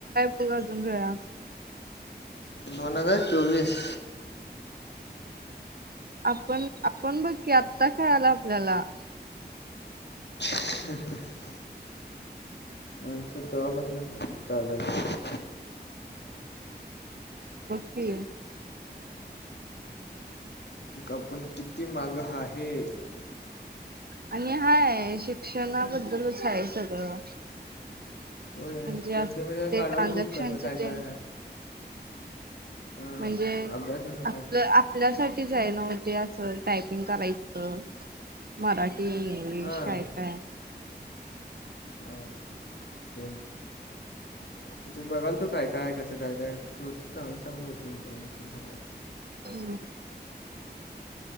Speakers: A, on the right; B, on the left.
A: ॲप अजून <unintelligible>
B: दोन हजार चोवीस.
A: आपण आपण बघ की आत्ता कळालं आपल्याला.
B: <inaudible> आमचं तवा पासन चालू आहे की.
A: बघ की.
B: आपण किती मागं आहे?
A: आणि हाय शिक्षणाबद्दलच आहे सगळं.
B: होय
A: म्हणजे असं
B: त्यांच मी जरा
A: ते
B: काढालतो,
A: ट्रान्झॅक्शनच
B: कसं काय काय
A: तेन
B: आहे? हां
A: म्हणजे
B: अभ्यासाचं
A: आपलं
B: आहे
A: आपल्यासाठीच आहे नव्ह ते असं टायपिंग करायचं मराठी इंग्लिश
B: हां
A: काय काय
B: हां <unintelligible> म्हणजे बघालतो काय काय कसं काय काय होत चांगलं चांगलं होत इन्फॉर्मेशन.
A: हम्म.